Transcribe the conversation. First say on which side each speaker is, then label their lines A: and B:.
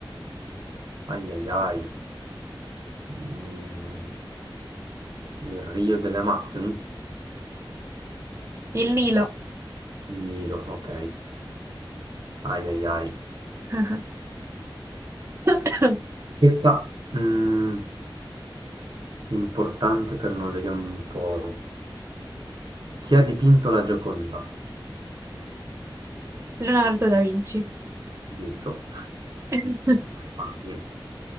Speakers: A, on the right; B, on the right.
A: ai ai ai. Mm, il Rio delle Amazzoni?
B: Il Nilo.
A: Nido, ok. Ai ai ai.
B: <coughs> <laughs>
A: Questa mh, importante per noi, vediamo un po'. Chi ha dipinto la Gioconda?
B: Leonardo da Vinci.
A: Giusto.
B: <laughs>
A: Facile.